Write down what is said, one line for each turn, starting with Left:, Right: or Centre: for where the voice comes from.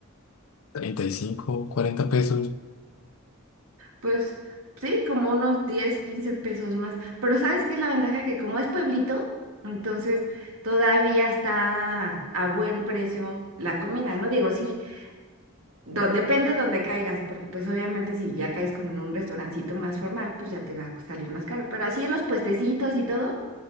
Left: 35 40 pesos.
Right: pues sí, como unos 10 15 pesos más, pero ¿sabes qué es la ventaja? Que como es pueblito, entonces todavía está a buen precio la comida, ¿no? Digo, sí, do- depende donde caigas, porque pues obviamente si ya caes como en un restaurancito más formal, pues ya te va a salir más caro. Pero así los puestecitos y todo